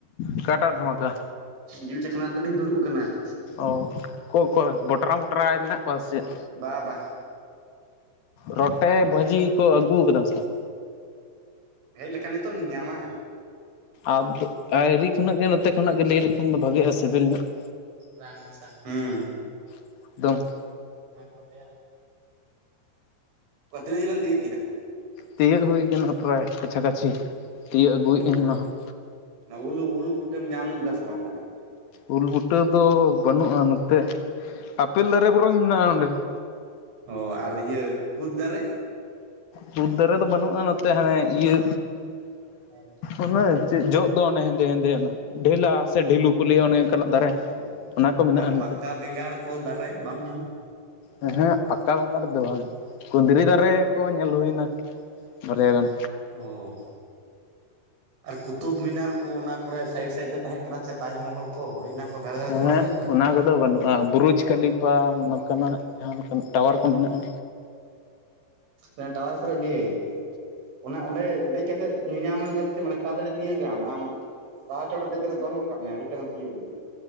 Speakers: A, on the left; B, on the right.
A: ᱚᱠᱟᱴᱟᱜ ᱫᱷᱟᱢᱟᱠᱟ
B: ᱡᱤᱞ ᱪᱟᱠᱷᱱᱟ ᱟᱛᱮᱞᱤᱧ ᱫᱩᱲᱩᱵ ᱟᱠᱟᱱᱟ ᱾
A: ᱚ ᱚᱠᱚᱭ ᱚᱠᱚᱭ ᱜᱚᱴᱨᱟᱭ ᱢᱚᱴᱨᱟᱭ ᱢᱮᱱᱟᱜ ᱠᱚᱣᱟ ᱥᱮ ᱪᱮᱫ?
B: ᱵᱟ ᱵᱟ ᱾
A: ᱨᱚᱴᱮ ᱵᱷᱟᱹᱡᱤ
B: ᱫᱚ ᱵᱟᱝ
A: ᱠᱚ ᱟᱹᱜᱩ ᱟᱠᱟᱫᱟᱢ ᱥᱮ ᱵᱟᱝ?
B: ᱦᱮᱡ ᱞᱮᱠᱷᱟᱱ ᱜᱮᱛᱚᱢ ᱧᱮᱧᱢᱟ ᱾
A: ᱟᱫᱚ ᱟᱹᱨᱤ ᱠᱷᱚᱱᱟᱜ ᱜᱮ ᱱᱚᱛᱮ ᱠᱷᱚᱱᱟᱜ ᱜᱮ ᱞᱟᱹᱭ ᱞᱮᱠᱷᱟᱱ ᱫᱚ ᱵᱷᱟᱜᱤᱜᱼᱟ ᱥᱤᱵᱤᱞ ᱧᱚᱜ ᱾
B: ᱨᱟᱱ ᱢᱮᱥᱟ᱾ ᱦᱩ
A: <unintelligible>
B: ᱚᱱᱟ ᱠᱚ <inaudible> ᱚᱠᱟ ᱛᱤᱱᱟᱹᱜ ᱡᱷᱟᱹᱞ ᱮᱢ ᱛᱤᱭᱳᱜ ᱠᱮᱫᱟ?
A: ᱛᱤᱭᱟᱹᱜ ᱦᱩᱭ ᱟᱠᱟᱱᱟ ᱯᱨᱟᱭ ᱠᱟᱪᱷᱟ ᱠᱟᱪᱷᱤ ᱛᱤᱭᱟᱹᱜ ᱟᱹᱜᱩᱭᱮᱫ
B: ᱚ
A: ᱟᱹᱧ ᱚᱱᱟ ᱦᱚᱸ᱾
B: ᱚᱱᱟ ᱩᱞ ᱩᱞ ᱵᱩᱴᱟᱹᱢ ᱧᱟᱢ ᱞᱮᱫᱟ ᱥᱮ ᱵᱟᱝ ᱛᱟᱦᱚᱞᱮ?
A: ᱩᱞ ᱵᱩᱴᱟᱹ ᱫᱚ ᱵᱟᱱᱩᱜ-ᱟ ᱱᱚᱛᱮ ᱟᱯᱮᱞ ᱫᱟᱨᱮ ᱵᱚᱨᱚᱝ ᱢᱮᱱᱟᱜᱼᱟ ᱱᱚᱰᱮ ᱾
B: ᱚ ᱟᱨ ᱤᱭᱟᱹ ᱠᱩᱫ ᱫᱟᱨᱮ?
A: ᱠᱩᱫᱽ ᱫᱟᱨᱮ ᱫᱚ ᱵᱟᱹᱱᱩᱜ-ᱟ ᱱᱚᱛᱮ ᱦᱟᱱᱮ ᱤᱭᱟᱹ
B: <unintelligible>
A: ᱚᱱᱮ ᱪᱮᱫ ᱡᱚᱜ ᱫᱚ ᱚᱱᱮ ᱦᱮᱸᱫᱮ ᱦᱮᱸᱫᱮ ᱚᱱᱟ ᱰᱷᱮᱞᱟ ᱥᱮ ᱰᱷᱤᱞᱩ ᱠᱚ ᱞᱟᱹᱭᱟ ᱚᱱᱮ ᱚᱱᱠᱟᱱᱟᱜ ᱫᱟᱨᱮ᱾
B: ᱚ
A: ᱚᱱᱟ ᱠᱚ ᱢᱮᱱᱟᱜᱼᱟ
B: ᱟᱨ
A: ᱱᱚᱛᱮ
B: ᱵᱟᱠᱟ ᱵᱮᱸᱜᱟᱲ ᱠᱚ ᱫᱟᱨᱮ ᱵᱟᱢ ᱧᱟᱢ
A: ᱮᱸ ᱦᱮᱸ ᱵᱟᱠᱟ ᱵᱮᱸᱜᱟᱲ ᱫᱚ ᱵᱟᱝ ᱠᱩᱸᱫᱽᱨᱤ ᱫᱟᱨᱮ ᱠᱚ ᱧᱮᱞ ᱦᱩᱭᱮᱱᱟ ᱵᱟᱨᱭᱟ ᱜᱟᱱ᱾
B: ᱚᱸ ᱾ ᱟᱨ ᱠᱩᱛᱩᱵ ᱢᱤᱱᱟᱨ ᱠᱚ ᱚᱱᱟ ᱠᱚᱨᱮ ᱥᱟᱭᱤᱰ ᱥᱟᱭᱤᱰ ᱛᱮ ᱛᱟᱦᱮᱸ ᱠᱟᱱᱟ ᱥᱮ ᱛᱟᱡᱽ ᱢᱚᱦᱚᱞ ᱠᱚ ᱦᱩᱭ ᱚᱱᱟ ᱠᱚ ᱫᱷᱟᱨᱮ ᱫᱷᱟᱨᱮ
A: ᱮ-ᱦᱮᱸᱜ
B: ᱛᱮ ᱵᱟᱢ ᱦᱤᱡᱩᱜ ᱠᱟᱱᱟ
A: ᱚᱱᱟ ᱠᱚᱫᱚ ᱵᱟᱹᱱᱩᱜ-ᱟ ᱾ ᱵᱩᱨᱩᱡ ᱠᱷᱟᱞᱤᱯᱟ ᱱᱚᱝᱠᱟᱱᱟᱜ ᱡᱟᱦᱟᱸ ᱞᱮᱠᱟᱱᱟᱜ ᱴᱟᱣᱟᱨ ᱠᱚ ᱢᱮᱱᱟᱜ-ᱟ᱾
B: ᱚᱱᱮ ᱴᱟᱣᱟᱨ ᱠᱚᱨᱮ ᱜᱮ <inaudible> ᱚᱱᱟ ᱚᱸᱰᱮ ᱫᱮᱡ ᱠᱟᱛᱮᱜ ᱧᱮᱧᱟᱢ ᱟᱢ ᱡᱟᱛᱮ ᱢᱟᱱᱮ ᱛᱟᱲᱟ ᱛᱟᱹᱲᱤ ᱛᱤᱭᱟᱹᱜᱟᱢ ᱟᱢ ᱟᱲᱟ ᱪᱚᱴ ᱨᱮ ᱫᱮᱡ ᱠᱟᱛᱮ ᱫᱚᱱ ᱜᱚᱜ ᱠᱟᱜ ᱢᱮ ᱟᱹᱰᱤ ᱪᱟᱲᱮᱢ ᱛᱤᱭᱚᱜᱟ ᱾